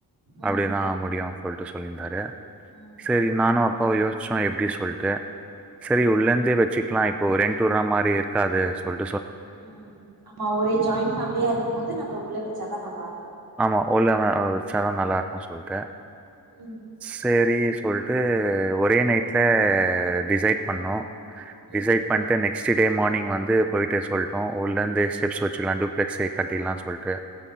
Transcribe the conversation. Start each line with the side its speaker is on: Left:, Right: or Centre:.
Centre: அப்படிதா
Right: ம்
Centre: முடியும்னு சொல்லிட்டு சொல்லியிருந்தாரு
Right: ம்
Centre: சரி நானும் அப்பாவ யோசிச்ச செ எப்படி சொல்லிட்டு சரி
Right: ம்
Centre: உள்ளருந்தே வச்சுக்கலா இப்போ ரெண்ட்டு உடுர மாதிரி இருக்காது சொல்லிட்டு
Right: ம் ஆமா ஒரே ஜாயிண்ட் ஃபேமிலியா இருக்கும்போது நம்ம உள்ள வந்து நல்லா இரு
Centre: ஆமா உள்ள வச்ச சார்ன் நல்லா இருக்கும்னு சொல்லிட்டு
Right: ம்
Centre: சரி சொல்லிட்டு ஒரே நைட்ல டிசைட் பண்ணோம்
Right: ம்
Centre: டிசைட் பண்ணிட்டு நெக்ஸ்ட் டே மார்னிங் வந்து போயிட்டு சொல்லிட்டோம் உள்ள இருந்தே ஸ்டெப்ஸ் கட்டலாம்னு டூப்லேஸ் ஏட்டு கடிலானு சொல்லிட்டு